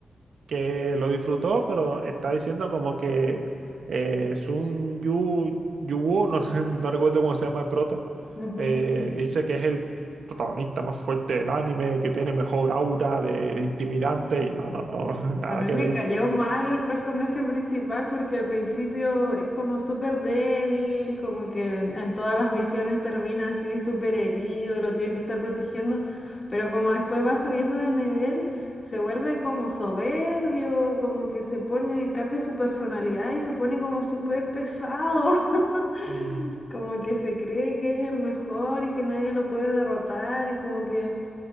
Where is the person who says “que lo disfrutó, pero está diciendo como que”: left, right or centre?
Right